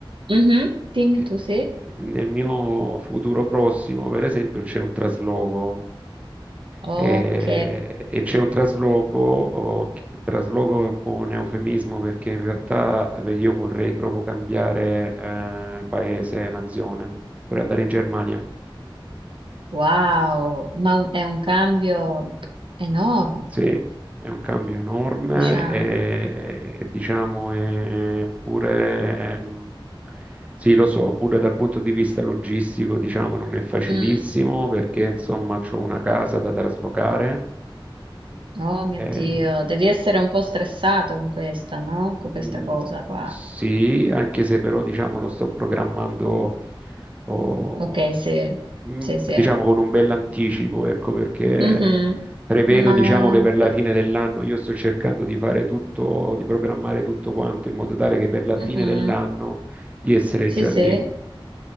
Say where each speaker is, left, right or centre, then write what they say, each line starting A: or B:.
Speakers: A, on the right; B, on the right.
A: Mhm, Dimmi
B: eh,
A: tu sì.
B: nel mio futuro prossimo, per esempio, c'è un trasloco
A: Ok,
B: eh, e c'è un trasloco, oh, che- trasloco è un po' un eufemismo perché in realtà eh, io vorrei proprio cambiare eh, paese, nazione, vorrei andare in Germania.
A: wow, ma un- è un cambio enorme,
B: Sì, è un cambio enorme
A: diciamo.
B: e diciamo è pure, ehm, sì lo so, pure dal punto di vista logistico diciamo non è facilissimo
A: Mm.
B: perché insomma ho una casa da traslocare,
A: Oh mio
B: eh,
A: Dio, devi essere un po' stressato con questa, no? Con questa
B: Mm,
A: cosa qua.
B: Sì, anche se però diciamo lo sto programmando oh,
A: Ok, sì,
B: mm,
A: sì,
B: diciamo
A: sì.
B: con un bell'anticipo, ecco perché
A: Mhm.
B: prevedo
A: Ma
B: diciamo che per la
A: sì.
B: fine dell'anno io sto cercando di fare tutto, di programmare tutto quanto in modo tale che per la fine
A: Mhm.
B: dell'anno di essere
A: Sì,
B: già
A: sì.
B: lì.